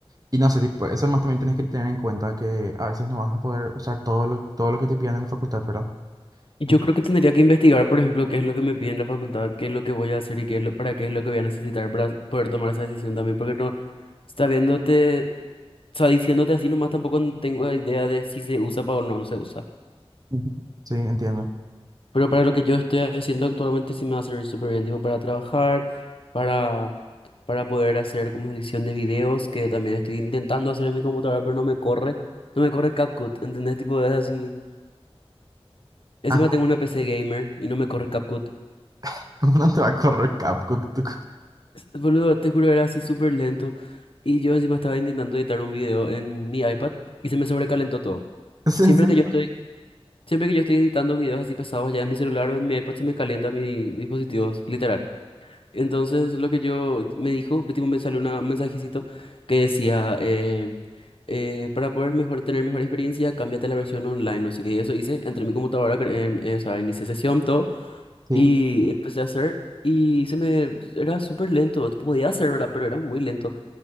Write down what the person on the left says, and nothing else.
Y yo
creo que tendría que investigar, por ejemplo, qué es lo que me piden en la facultad, qué es lo que voy a hacer y qué es lo, para qué es lo que voy a necesitar para poder tomar esa decisión también. Porque no, está viéndote, o sea, diciéndote así nomás tampoco tengo idea de si se usa pa- o no no se usa.
Pero para lo que yo estoy haciendo actualmente sí me va a servir súper bien, tipo para trabajar, para, para poder hacer como edición de videos, que también estoy intentando hacer en mi computadora, pero no me corre, no me corre CapCut, ¿entendés? Tipo, es así. Encima
tengo una PC gamer y no me corre CapCut.
S- Boludo, te juro, era así súper lento. Y yo encima estaba intentando editar un video en mi iPad y se me sobrecalentó todo.
Siempre
que yo estoy, siempre que yo estoy editando videos así pesados ya en mi celular o en mi iPad se me calienta mis dispositivos, literal. Entonces lo que yo me dijo, tipo, me salió una- un mensajecito que decía, eh, eh, para poder mejor, tener mejor experiencia, cámbiate a la versión online, no sé qué, y eso hice, entré en mi computadora, cre- em, eh, o sea, inicié sesión, todo,
y empecé a hacer, y se me, era súper lento, podía hacer, ¿verdad? Pero era muy lento.